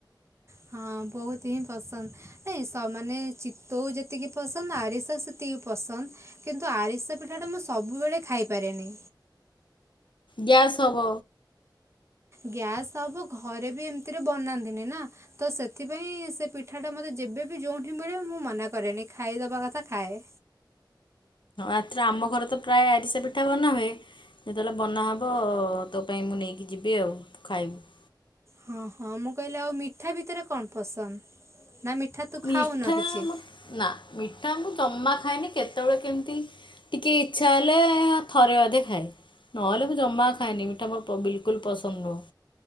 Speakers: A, on the right; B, on the left.
A: ହଁ ବହୁତ ହିଁ ପସନ୍ଦ ନ ସେମାନେ ଚିତୋଉ ଯେତିକି ପସନ୍ଦ ଆରିସ ସେତିକି ପସନ୍ଦ। କିନ୍ତୁ, ଆରିସା ପିଠାଟା ମୁଁ ସବୁବେଳେ ଖାଇପାରେନି।
B: ଗ୍ୟାସ୍ ହବ।
A: ଗ୍ୟାସ୍ ହବ ଘରେ ବି ଏମିତିରେ ବନାନ୍ତିନି ନା ତ ସେଥିପାଇଁ ସେ ପିଠାଟା ମୋତେ ଯେବେବ ଯେଉଁଠି ମିଳେ ମୁଁ ମନା କରେନି ଖାଇଦବା କଥା ଖାଏ।
B: ଏଥରେ ଆମ ଘରେ ତ ପ୍ରାୟ ଆରିସ ପିଠା ବନା ହୁଏ ଯେତେବେଳେ ବନାହବ ତୋ ପାଇଁ ମୁଁ ନେଇକି ଯିବି ଆଉ ଖାଇବୁ।
A: ହଁ ହଁ ମୁଁ କହିଲି ଆଉ ମିଠା ଭିତରେ କଣ ପସନ୍ଦ? ନା ମିଠା ତୁ ଖାଉନ
B: ମିଠା
A: କିଛି
B: ନା ମିଠା ମୁଁ ଜମା ଖାଏନି। କେତେବେଳେ କେମିତି ଟିକେ ଇଚ୍ଛା ହେଲେ ଥରେ ଅଧେ ଖାଏ। ନହେଲେ ମୁଁ ଜମା ଖାଏନି। ମିଠା ମୋର ବିଲକୁଲ ପସନ୍ଦ ନୁହଁ।